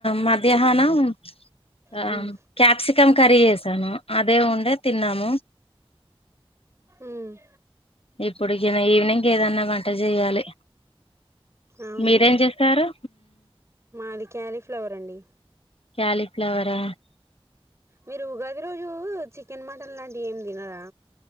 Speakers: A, on the left; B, on the right.
A: మధ్యాహ్నం ఆ
B: హ్మ్
A: క్యాప్సి కం కర్రీ చేసాను అదే ఉండే తిన్నాము
B: ఉమ్
A: ఇప్పుడు కిన ఈవినింగ్ ఏదన్నా వంట చెయ్యాలి
B: అవునా
A: మీరేం చేసారు
B: మాది క్యాలీఫ్లవర్ అండి
A: క్యాలిఫ్లవరా
B: మీరు ఉగాది రోజు చికెన్ మటన్ లాంటివి ఏమి తినరా